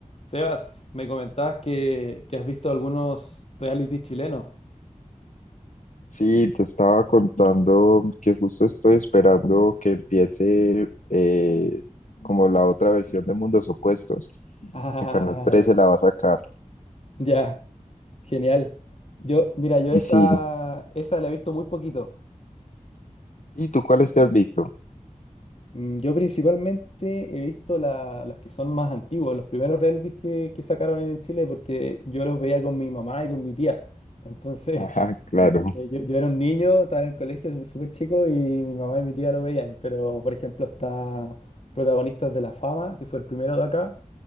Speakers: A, on the left; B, on the left.
A: Sebas, me comentabas que, que has visto algunos reality chilenos. <laughs>
B: Sí, te estaba contando que justo estoy esperando que empiece eh, como la otra versión de Mundos Opuestos,
A: Ah,
B: que Canal 13
A: ya,
B: la va a sacar.
A: ya, genial. Yo, mira, yo
B: Y
A: esa,
B: sí,
A: esa la he visto muy poquito.
B: ¿y tú cuáles te has visto? <laughs>
A: Mm, Yo principalmente he visto la- las que son más antiguos, los primeros realities que, que sacaron en Chile, porque yo los veía con mi mamá y con mi tía. Entonces,
B: Ajá, claro.
A: Eh, Yo, yo era un niño, estaba en el colegio, súper chico, y mi mamá y mi tía lo veían, pero por ejemplo está Protagonistas de la Fama, que fue el primero de acá,